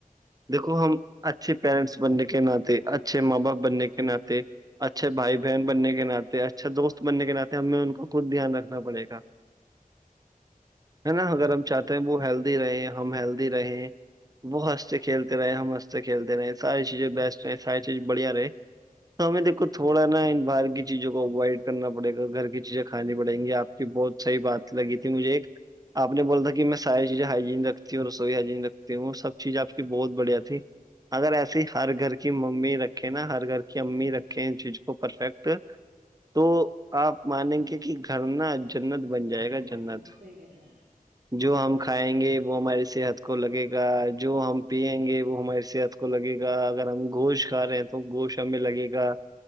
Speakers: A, on the right; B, on the right.
A: دیکو ہم اچھے پیرنٹس بننے کے ناطے اچھے ماں باپ بننے کے ناطے اچھے بھائی بہن بننے کے ن اچھا دوست بننے کے ناطے ہمیں ان کو خود دھیان رکھنا پڑے گا ہے نا اگر ہم چاہتے ہیں وہ ہیلدی رہیں ہم ہیلدی رہیں وہ ہنستے کھیلتے رہے ہم ہنستے کھیلتے رہے ساری چیزیں بیسٹ رہ ساری چیز بڑھیا رہے تو ہمیں دیکھو تھوڑا نا ان باہار چیزوں کو اوائڈ کرنا پڑے گا گھر کی چیزیں کھانی پڑیں گی آپ کی بہت صحی بات لگی تھی مجھے ایک آپ نے بولا تھا کہ میں ساری چیزیں ہائجین رکھتی ہوں رسوئی ہجین رکھتی ہوں سب چیز آپ کی بہت بڑھیا تھی اگر ایسی ہر گھر کی ممی رکھیں نا ہر گھر کی امی رکھیں جیز کو پرفیکٹ تو آپ مانیں گے کہ گھرنا جنت بن جائے گا جنت
B: ہوں صحیح کہہ رہے ہیں
A: جو ہم کھائیں گے وہ ہماری صحت کو لگے گا جو ہم پیئیں گے وہ ہماری صحت کو کو لگے گا اگر ہم گوشت کھا رہے ہیں تو گوشت ہمیں لگے گا